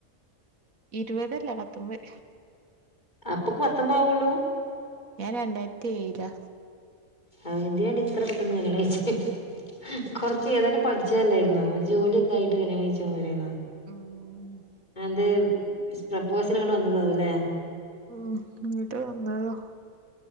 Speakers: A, on the right; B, on the left.
A: ഇരുവതല്ല പത്തൊമ്പത്
B: അപ്പൊക്ക്പത്തൊമ്പതാവുള്ളൂ
A: ഞാൻ രണ്ടായിരത്തി ഏയിലാ
B: അ യെന്തിനാടി ഇത്ര പെട്ടെന്ന് കല്യാണം ഉം ഹാ കഴിച്ചേ കൊറച്ച് ഏതാനും പഠിച്ചല്ലായിരുന്നോ ഒരു ജോലി ഒക്കെ ആയിട്ട് കല്യാണം കഴിച്ചാ പോരാന്നോ
A: ം
B: എന്ത് പ്രപ്പോസ്ല് ങ്ങ്ട് വന്നതാവുല്ലേ?
A: ം ങ്ട്ട് വന്നതാ